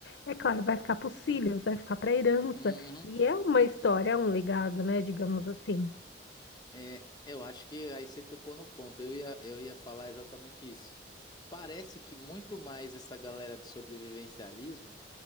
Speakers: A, on the left; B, on the left.
A: é claro, vai ficar para os filhos, vai ficar para a herança.
B: Uhum.
A: E é uma história, é um legado, né? Digamos assim.
B: É, eu acho que aí você tocou no ponto. Eu ia, eu ia falar exatamente isso. Parece que muito mais essa galera do sobrevivencialismo